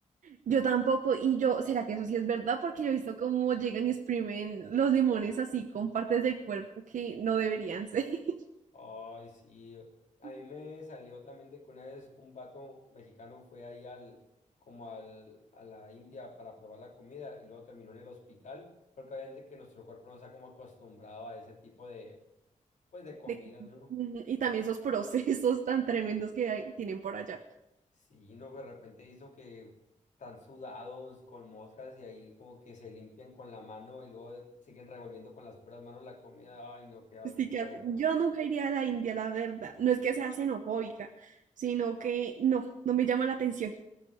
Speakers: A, on the right; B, on the left.
A: Yo tampoco, y yo, ¿será que eso sí es verdad? Porque yo he visto cómo llegan y exprimen los limones así con partes del cuerpo que no deberían ser. <laughs>
B: Ay, sí. A
A: Mm.
B: mí me salió también de que una vez un vato mexicano fue ahí al, como al, a la India para probar la comida y luego terminó en el hospital, porque obviamente que nuestro cuerpo no está como acostumbrado a ese tipo de, pues, de comida,
A: de-
B: ¿no?
A: Ujú, y también esos procesos <laughs> tan tremendos que hay- tienen por allá.
B: Sí, no, de repente hizo que están sudados con moscas y ahí como que se limpian con la mano y luego siguen revolviendo con las puras manos la comida. Ay, no, qué asco,
A: Pues Sí que
B: la
A: hace-
B: verdad.
A: yo nunca iría a la India, la verdad. No es que sea xenofóbica, sino que no, no me llama la atención.